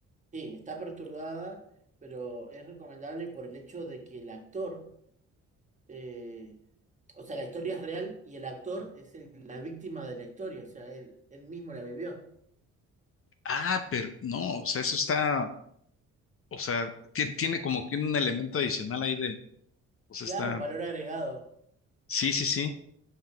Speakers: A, on the right; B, on the left.
A: Sí, está perturbada, pero es recomendable por el hecho de que el actor, eh, o sea, la historia es real y el actor es el- la víctima de la historia, o sea, él, él mismo la vivió.
B: Ah, pero no, o sea, eso está, o sea, tie- tiene como que un elemento adicional ahí de, o sea,
A: Claro,
B: está,
A: un valor agregado.
B: sí, sí, sí.